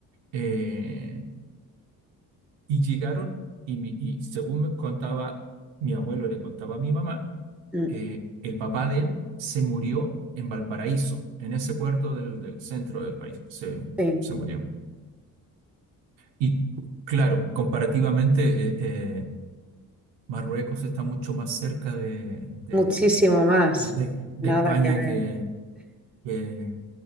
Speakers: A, on the right; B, in the centre.
A: eh, y llegaron y, mi- y según me contaba mi abuelo, le contaba a mi mamá,
B: mm,
A: eh, el papá de él se murió en Valparaíso, en ese puerto del, del centro del país, se,
B: sí,
A: se murió. Y claro, comparativamente, eh, eh, Marruecos está mucho más cerca de, de,
B: muchísimo
A: de-
B: más,
A: de- de
B: nada
A: España
B: que ver.
A: que... que-